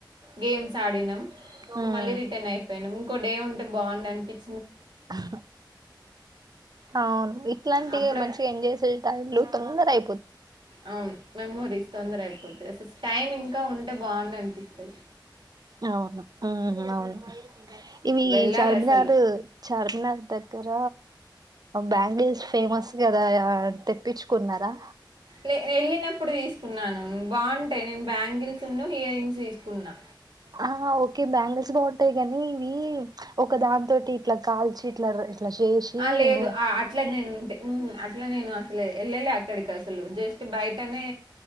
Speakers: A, on the right (about 80°); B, on the right (about 55°).
A: గేమ్స్ ఆడినాం
B: ఉమ్
A: మళ్ళీ రిటర్న్ అయిపోయినాం. ఇంకో డే ఉంటే బావుం అనిపించి
B: ఆహా అవును ఇట్లాంటి
A: అప్పుడ
B: మనిషిగా ఏం చేసే టై లో తొందరై
A: అవును మెమోరీస్ తొందర అయిపోతది అసలు టైమ్ ఇంకా ఉంటే బావుంది అనిపిస్తుది.
B: అవును ఉ అవును ఇవి
A: వెళ్ళాలి
B: చార్మినార్
A: అసలు
B: చార్మినార్ ద గ్గర బ్యాంగిల్స్ ఫేమస్ కదా అ తెప్పించుకున్నారా?
A: లే వెళ్ళినప్పుడు తీసుకున్నాను బావుంటాయి. నేను బ్యాంగిల్స్ ను ఇయర్ రింగ్స్ తీసుకున్నా
B: ఆహ ఓకే బ్యాంగల్స్ బాగుంటాయి గాని ఇవి ఒక దానితోటి ఇట్లా కాల్చి ఇట్లా ఇట్లా చేసి
A: ఆ లేదు
B: ఉహు
A: అ అట్లా నేను ఉంటే అట్లా నేను అలే వెళ్ళలే అక్కడికి అసలు జస్ట్ బయటనే